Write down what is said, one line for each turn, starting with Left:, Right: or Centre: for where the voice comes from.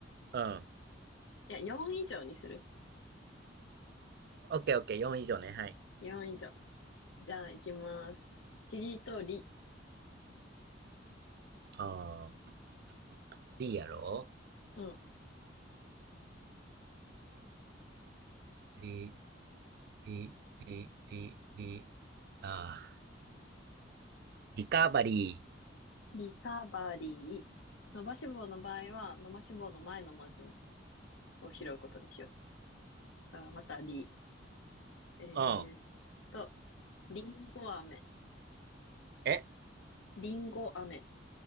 Right: う。うん。
Left: いや、4以上にする。
Right: オッケーオッケー、4以上ね。はい。
Left: 4以上。じゃあ、いきます。しりとり、
Right: あー、リやろ
Left: うん。
Right: リ、リ、リ、リ、リ、あー、リカバリ
Left: リカバリー。伸ばし棒の場合は、伸ばし棒の前の文字を拾うことにしよう。だからまた、り。え
Right: ー。うん。
Left: ーっと、りんご飴。
Right: え
Left: リンゴ飴、